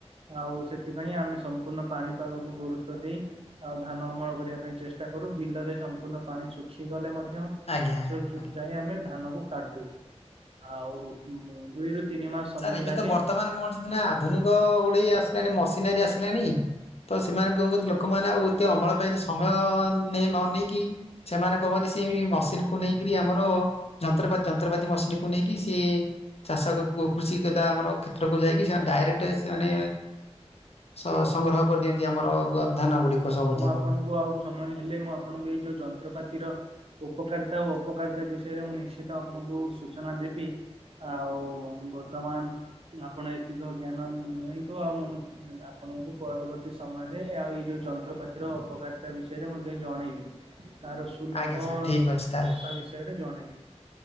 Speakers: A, on the right; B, on the left.
A: ଆଉ ସେଥିପାଇଁ ଆମେ ସମ୍ପୂର୍ଣ୍ଣ ପାଣିପାଗକୁ ଗୁରୁତବ ଦେଇ ଆଉ ଧାନ ଅମଳ କରିବା ପାଇଁ ଚେଷ୍ଟା କରୁ ବିଲରେ ସମ୍ପୂର୍ଣ୍ଣ ପାଣି ଶୁଖିଗଲେ ମଧ୍ୟ।
B: ଆଜ୍ଞା ଆଜ୍ଞା।
A: ସେଇବୁ ଯାଇ ଆମେ ଧାନ କ କାଟୁ ଆଉ ଦୁଇରୁ ତିନି ମାସ ସମୟ
B: ସାର୍ ଏବେ
A: ଲାଗେ
B: ତ ବର୍ତ୍ତମାନ କଣ ଅଛନ୍ତି ନା ଆଧୁନିକ ଗୋଟେ ଆସିଲାଣି ମସିନାରୀ ଆସିଲାଣି। ତ ସେମାନେ କଣ କନ୍ତି ଲୋକମାନେ ଆଉ ଏତେ ଅମଳ ପାଇଁ ସମୟ ନେଇ ନ ନେଇକି ସେମାନେ କହନ୍ତି ସେ ମସିନ କୁ ନେଇକରି ଆମର। ଯନ୍ତ୍ରପତି ଯନ୍ତ୍ରପତି ମସିନକୁ ନେଇକି ସେ ଚାଷ। କୃଷି କତା ଆମର କ୍ଷେତ୍ରକୁ ଯାଇକି ସେମାନେ ଡାଇରେକ୍ଟ ସେମାନେ ସ ସଂଗ୍ରହ କରିଦିଅନ୍ତି ଆମର ଧାନ ଗୁଡିକ ସବୁ
A: ମୁଁ
B: ଯାକ।
A: ଆପଣଙ୍କୁ ଆଉ ସମୟ ହେଲେ ମୁଁ ଆପଣଙ୍କୁ ଏଇ ଯୋଉ ଯନ୍ତ୍ରପାତିର ଉପକାରିତା ଓ ଅପକାରିତା ବିଷୟରେ ମୁଁ ନିଶ୍ଚିତ ଆପଣଙ୍କୁ ସୂଚନା ଦେବି ଆଉ ବର୍ତମାନ ଆପଣ ଏତିକ ଜ୍ଞାନ ନିଅନ୍ତୁ ଆଉ ମୁଁ ଆପଣଙ୍କୁ ପରବର୍ତ୍ତୀ ସମୟରେ ଆଉ ଏଇ ଯୋଉ ଯନ୍ତ୍ରପାତିର ଅପକାରିତା ବିଷୟରେ ମଧ୍ୟ ଜଣେଇବି। ତାର ସୁଲଭ
B: ଆଜ୍ଞା
A: ତା
B: ସାର୍ ଠିକ ଅଛି ତାହେଲେ
A: ବିଷୟରେ ଜଣେଇବି।